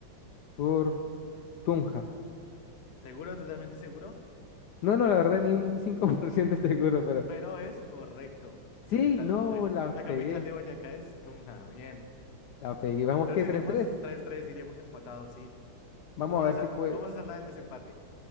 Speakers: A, on the left (about 70°); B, on the left (about 45°).
A: por Tunja.
B: Seguro, totalmente seguro,
A: No, no, la verdad, ni un cinco <laughs> por ciento seguro, pero.
B: pero es correcto. La
A: Sí,
B: capital,
A: no,
B: la,
A: la
B: la capital
A: pegué.
B: de Boyacá es Tunja. Bien.
A: La pegué. Vamos,
B: Entonces
A: qué tres
B: iríamos
A: tres.
B: tres tres, iríamos empatados, sí.
A: Vamos
B: Vamos
A: a ver
B: a hacer,
A: si puede.
B: vamos a hacer la del desempate.